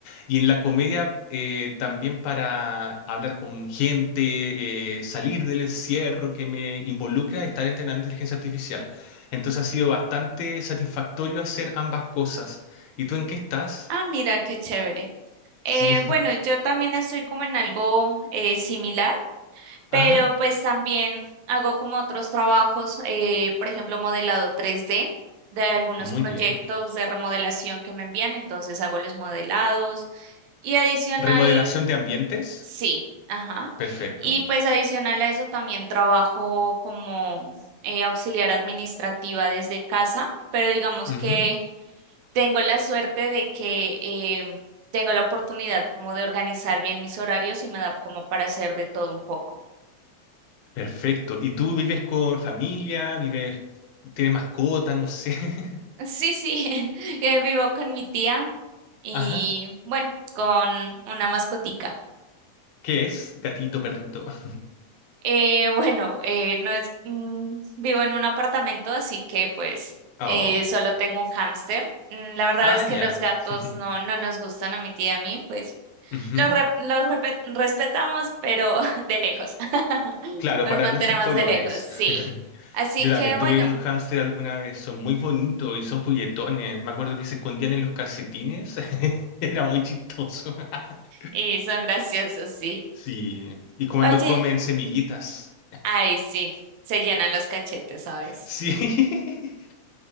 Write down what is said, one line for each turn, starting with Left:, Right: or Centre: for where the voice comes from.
Left: Y en la comedia eh, también para hablar con gente, eh, salir del encierro que me involucra estar entrenando inteligencia artificial. Entonces ha sido bastante satisfactorio hacer ambas cosas. ¿Y tú en qué estás?
Right: Ah, mira, qué chévere.
Left: Sí.
Right: Eh, bueno,
Left: <laughs>
Right: yo también estoy como en algo eh, similar. pero
Left: Ajá.
Right: pues también hago como otros trabajos, eh, por ejemplo, modelado 3D de algunos
Left: Muy
Right: proyectos
Left: bien.
Right: de remodelación que me envían, entonces hago los modelados y adicional,
Left: ¿Remodelación de ambientes?
Right: sí, ajá.
Left: Perfecto.
Right: Y pues adicional a eso también trabajo como eh, auxiliar administrativa desde casa, pero digamos
Left: Ujú.
Right: que tengo la suerte de que em, tengo la oportunidad como de organizar bien mis horarios y me da como para hacer de todo un poco.
Left: Perfecto. ¿Y tú vives con familia? ¿Vives, tienes mascota? No sé. <laughs>
Right: Sí, sí, <laughs> eh, vivo con mi tía y
Left: Ajá.
Right: bueno, con una mascotica.
Left: ¿Qué es? Gatito, perrito. <laughs>
Right: Eh, bueno, eh, no es, mm, vivo en un apartamento, así que pues
Left: Oh.
Right: eh, solo tengo un hámster. Mm, La verdad
Left: Ah,
Right: es
Left: ya.
Right: que los gatos
Left: <laughs>
Right: no, no nos gustan a mi tía y a mí, pues
Left: Ujú.
Right: los, re- los repe- respetamos, pero <laughs> de lejos. <laughs>
Left: Claro,
Right: Los
Left: para
Right: mantenemos
Left: gustos colores.
Right: de lejos, sí.
Left: <laughs>
Right: Así
Left: Yo
Right: que
Left: también
Right: bueno,
Left: tuve un hámster alguna vez, son muy bonitos y son juguetones. Me acuerdo que se escondían en los calcetines, <laughs> era muy chistoso. <laughs>
Right: y son graciosos, sí.
Left: Sí, y cuando
Right: Oye.
Left: comen semillitas.
Right: Ay, sí, se llenan los cachetes, ¿sabes?
Left: Sí. <laughs>